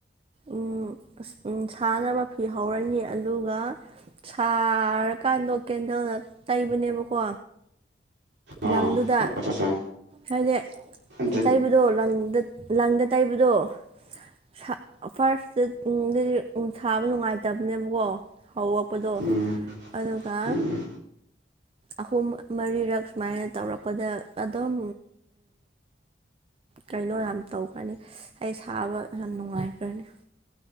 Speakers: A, on the right; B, on the right.
A: ꯎꯝ ꯁꯅꯕ ꯐꯤ ꯍꯧꯔꯅꯤ ꯑꯗꯨꯒ ꯁꯥꯔꯀꯥꯟꯗꯣ ꯀꯦꯟꯗꯜꯅ ꯇꯩꯕꯅꯦꯕꯀꯣ
B: ꯑꯥ
A: ꯂꯪꯗꯨꯗ
B: ꯑꯆꯥ ꯆꯥ
A: ꯍꯥꯏꯗ
B: ꯎꯝ
A: ꯇꯩꯕꯗꯣ ꯂꯪꯗ ꯂꯪꯗ ꯇꯩꯕꯗꯣ ꯁ ꯐꯥꯔꯁꯇ ꯎꯝ ꯗꯗꯤ ꯁꯥꯕ ꯅꯨꯡꯉꯥꯏꯇꯕꯅꯦꯕꯀꯣ ꯍꯧꯔꯛꯄꯗꯣ
B: ꯎꯝ
A: ꯑꯗꯨꯒ
B: ꯎꯝ
A: ꯑꯍꯨꯝ ꯃꯔꯤꯔꯛ ꯁꯨꯃꯥꯏꯅ ꯇꯧꯔꯛꯄꯗ ꯑꯗꯨꯝ ꯀꯩꯅꯣ ꯌꯥꯝ ꯇꯧꯈ꯭ꯔꯅꯤ ꯑꯩ ꯁꯥꯕ ꯌꯥꯝ ꯅꯨꯡꯉꯥꯏꯈ꯭ꯔꯅꯤ